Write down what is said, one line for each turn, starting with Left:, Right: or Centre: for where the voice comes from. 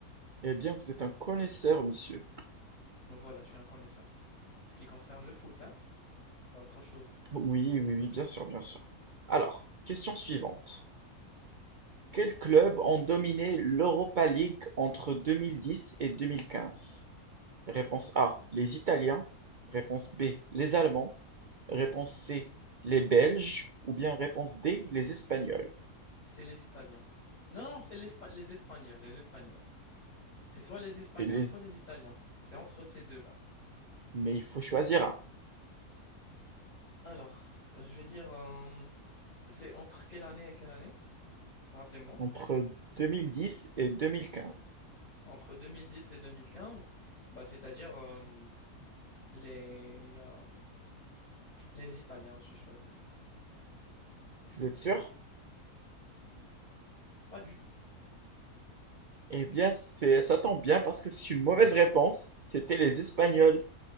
Right: eh bien, vous êtes un connaisseur, monsieur.
Left: Mais voilà, je suis un connaisseur. En ce qui concerne le foot, hein, pas autre chose.
Right: Oui, oui, oui, bien sûr, bien sûr. Alors, question suivante. Quels clubs ont dominé l'Europa League entre 2010 et 2015? Réponse A, les Italiens. Réponse B, les Allemands. Réponse C, les Belges. Ou bien réponse D, les Espagnols.
Left: C'est les Italiens. Non, non, c'est l'Espa- les Espagnols, les Espagnols. C'est soit les Espagnols,
Right: C'est les-
Left: soit les Italiens. C'est entre ces deux-là.
Right: Mais il faut choisir un.
Left: Alors, euh, je vais dire, euh, c'est entre quelle année et quelle année? Rappelez-moi.
Right: Entre 2010 et 2015.
Left: Entre 2010 et 2015, bah, c'est-à-dire euh, Les, euh, les Italiens, je vais choisir.
Right: Vous êtes sûr?
Left: Pas du tout.
Right: Eh bien, c'est... ça tombe bien parce que c'est une mauvaise réponse. C'était les Espagnols.